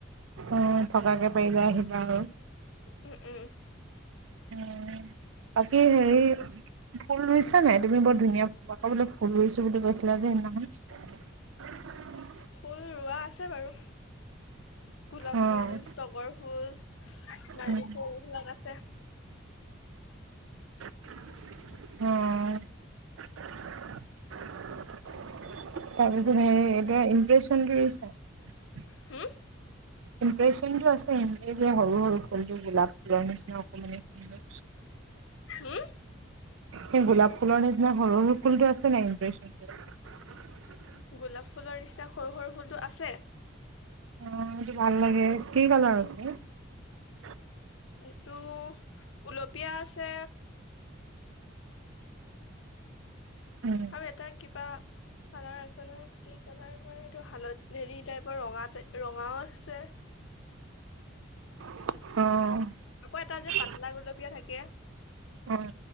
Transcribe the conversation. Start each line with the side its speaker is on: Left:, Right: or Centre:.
Right: অ' থকাকে পাৰিলে আহিবা আৰু।
Left: উম-উম-উম।
Right: উ বাকী হেৰি ফুল ৰুইছা নাই তুমি বৰ ধুনীয়া আকৌ বোলে ফুল ৰুইছো বুলি কৈছিলা যে সেইদিনা খনে।
Left: ফুল ৰোৱা আছে বাৰু গোলাপ
Right: অ',
Left: ফুল, তগৰ ফুল, নাৰ্জি
Right: উম,
Left: ফুল এইবিলাক আছে।
Right: অ'। তাৰপিছত হে এতিয়া ইমপ্ৰেচনটোছা
Left: হম।
Right: ইমপ্ৰেচনটো আছে এনেক যে সৰু সৰু ফুলটো গোলাপ ফুলৰ নিচিনা অকমান।
Left: হম।
Right: সেই গোলাপ ফুলৰ নিচিনা সৰু সৰু ফুলতটো আছে নাই ইমপ্ৰেচনটো।
Left: গোলাপ ফুলৰ নিচিনা সৰু-সৰু ফুলটো আছে।
Right: অ', সেইটো ভাল লাগে কি কালৰৰ? <unintelligible>
Left: এইটো গুলপীয়া আছে।
Right: ভাল লাগে
Left: আৰু এটা কিবা কালাৰ আছে নহয় কি কালাৰ? এইটো হালত হেৰি টাইপৰ ৰঙা-ৰঙাও আছে। <inaudible>
Right: অ'।
Left: আকৌ এটা যে পাতলা গুলপীয়া থাকে।
Right: উম।